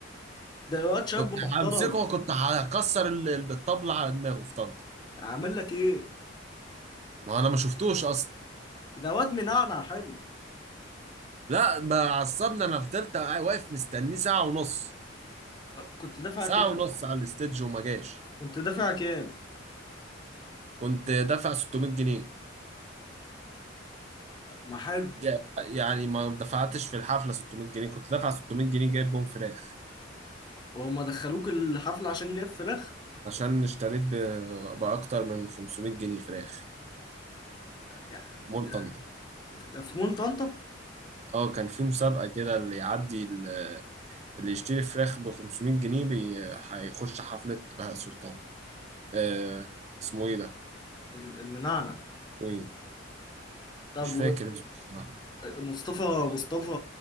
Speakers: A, on the left; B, on the right.
A: ده واد شاب
B: كنت
A: محترم
B: همسكه وكنت هكسر ال- ال- بالطبله على دماغه في طنطا
A: اعمل لك ايه
B: ما انا ما شفتوش اصلا
A: ده واد منعنع حلو
B: لا بقى عصبني انا فضلت واقف مستنيه ساعه ونص
A: أه، كنت دافع
B: ساعه
A: كام
B: ونص على الاستيدج وما جاش
A: كنت دافع كام
B: كنت دافع 600 جنيه
A: ما حلو
B: جا- يعني ما دفعتش في الحفله 600 جنيه كنت دافع 600 جنيه جايب بهم فراخ
A: وهم دخلوك الحفله عشان جاب فراخ
B: عشان اشتريت ب- باكتر من 500 جنيه فراخ
A: يعني
B: مول
A: ده
B: طنطا
A: في ده في مول طنطا
B: اه كان في مسابقه كده اللي يعدي ال- اللي يشتري فراخ ب 500 جنيه بي... هيخش حفله بهاء سلطان آه اسمه ايه ده؟
A: المنعنع
B: ايه
A: طب
B: مش فاكر اسمه
A: ومصطفى مصطفى